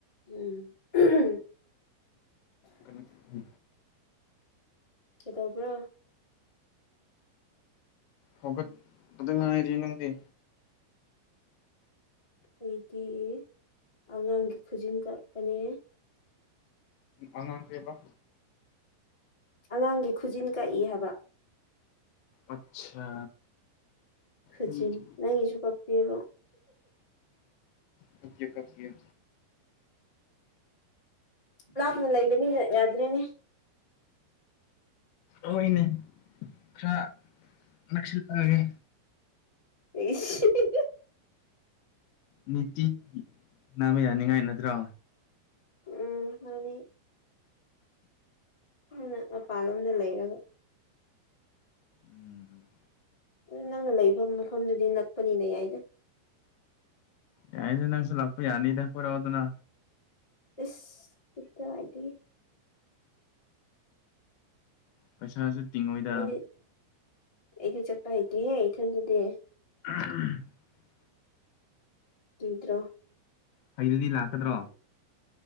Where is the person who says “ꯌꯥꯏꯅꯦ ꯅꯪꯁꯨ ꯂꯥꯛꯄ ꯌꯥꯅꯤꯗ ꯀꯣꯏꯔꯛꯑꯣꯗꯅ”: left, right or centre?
Left